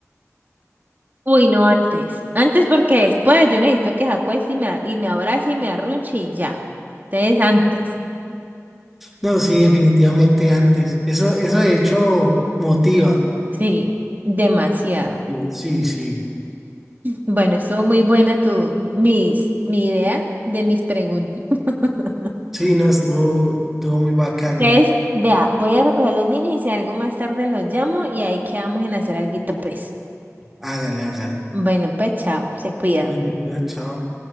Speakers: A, on the right; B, in the centre.
A: Uy, no antes. Antes porque después yo necesito que se acueste y me, a- y me abrace y me arrunche y ya. Entonces antes.
B: No, sí, definitivamente antes. Eso, eso de hecho motiva.
A: Sí, demasiado.
B: Sí, sí.
A: Bueno, estuvo muy buena tu, mis, mi idea de mis preguntas. <laughs>
B: Sí, no, estuvo, estuvo muy bacano.
A: Entonces, vea, voy a recoger a los niños y si algo más tarde los llamo y ahí quedamos en hacer alguito, pues.
B: Hágale, hágale.
A: Bueno, pues chao, se cuida.
B: Vete, cuida, chao.